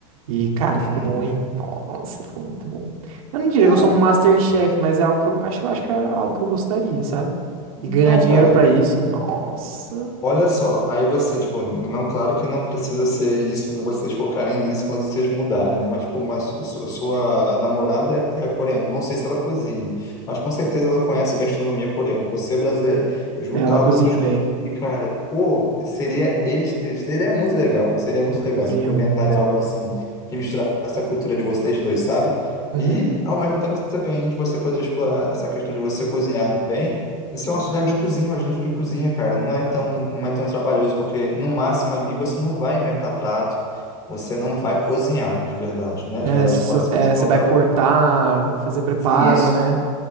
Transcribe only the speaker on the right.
E, cara,
ficou bom, hein? Nossa, ficou muito bom. Eu
não diria que eu sou um MasterChef, mas é algo que eu acho, eu acho que é algo que eu gostaria, sabe? E
ganhar dinheiro
pra isso, nossa.
É, Ela
cozinha
bem.
Ela
cozinha
muito
bem.
Uhum.
É,
você
só-
é,
você
vai
cortar, fazer preparo,
né?